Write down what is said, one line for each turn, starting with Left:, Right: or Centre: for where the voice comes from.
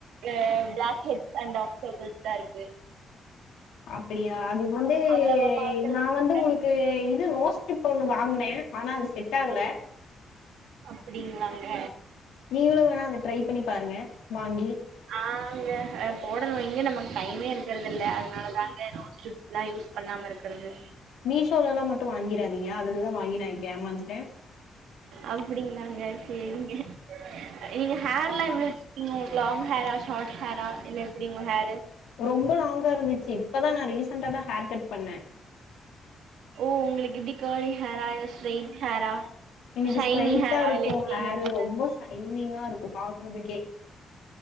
Right: கு ப்ளாக் ஹெட்ஸ் அண்ட் டாக் சர்கிள்ஸ்தா இருக்கு
Left: அப்பிடியா அதுக் வந்து
Right: அவ்வளவா பார்க்கறது
Left: நா
Right: இல்ல.
Left: வந்து உங்ளுக் கு இது நோஸ் கிப் ஒன்னு வாங்குன ஆனா அது செட் ஆகல
Right: அப்டிங்களாங்க
Left: நீங்களு வேணா அத ட்ரை பண்ணி பாருங்க வாங்கி
Right: ஆங்க அ போடணு எங்க நமக்கு டைமே இருக்கறதில்ல அதனாலதாங்க நோஸ் டிப் லா யூஸ் பண்ணாம இருக்கறது
Left: மீஷோலல்லா மட்டு வாங்கிறாதீங்க அதுலதா வாங்கி நா இப்ப ஏமாந்துட்டே
Right: அப்டிங்ளாங்க சேரிங்க நீங்க ஹேர்லா எவ்ளோ வச்சிருக்கீங்க உங்ளுக் லாங் ஹேரா ஷார்ட் ஹேரா இல்ல எப்டி உங்க ஹேரு
Left: ரொம்ப லாங் ஹேர் இருந்திச்சு இப்பதா நா ரீசன்டாதா ஹேர் கட் பண்ண
Right: ஓ உங்குளுக் எப்டி கர்லி ஹேரா இல்ல ஸ்ட்ரைட் ஹேரா
Left: எனக்கு
Right: ஷைனி
Left: ஸ்ட்ரைட்டா
Right: ஹேரா
Left: இருக்கு
Right: இல்ல எப்டிங்க
Left: ஹேரு
Right: உங்க
Left: ரொம்பொ
Right: ஹேர்
Left: ஷைனிங்கா இருக்கு பாக்குறதுக்கே